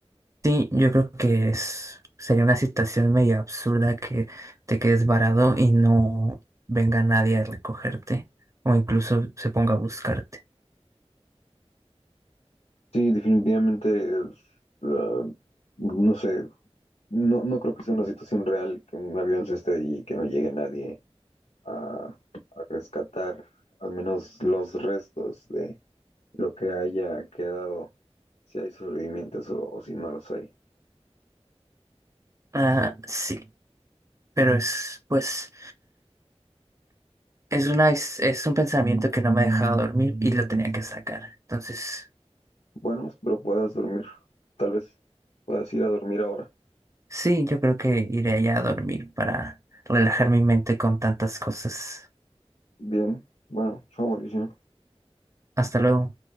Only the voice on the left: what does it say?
Sí, definitivamente, es, uh, no sé, No, no creo que sea una situación real que un avión se estrelle y que no llegue nadie a, a rescatar al menos los restos de lo que haya quedado, si hay sobrevivientes o, o si no los hay.
Bueno, espero puedas dormir. Tal vez puedas ir a dormir ahora.
Bien, bueno, chao Mauricio.